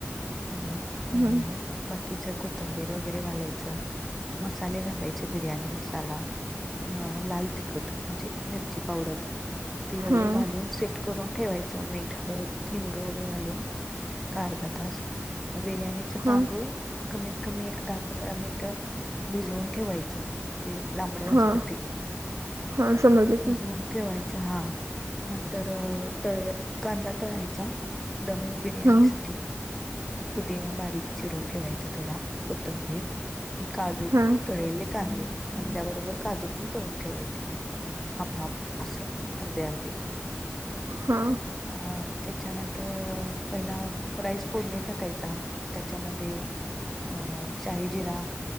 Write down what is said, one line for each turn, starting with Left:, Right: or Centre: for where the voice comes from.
Centre: आणि अ
Right: हा
Centre: बाकीच कोथंबीर वगैरे घालायचं. मसाले घालायचे. बिर्याणी मसाला. अ लाल तिखट म्हणजे मिरची पावडर ती वगैरे
Right: हा
Centre: घालून सेट करून ठेवायचं मीठ, हळद, हिंग वगैरे घालून. ऐक अर्धा तास बिर्याणी
Right: हा
Centre: तांदूळ कमीत कमी एक दहा पंधरा मिनट भिजवून ठेवायचं. जे लांबड असतात
Right: हा
Centre: ते
Right: हा समजलं की
Centre: भिजून ठेवाय चहा हा नंतर तळे कांदा तळायचा दमुन. बिर्याणी
Right: हा
Centre: साठी पुदीना बारीक चिरून ठेवायचा थोडा कोथंबीर. म काजू
Right: हा
Centre: तळले कांदे कांद्याबरोबर काजू पण तळून ठेवायचे. हाफ हाफ असं अर्धे अर्धे.
Right: हा
Centre: अ त्याच्यानंतर पहिला राईस फोडणी टाक टकायचा त्याच्यामध्ये अ शाही जिरा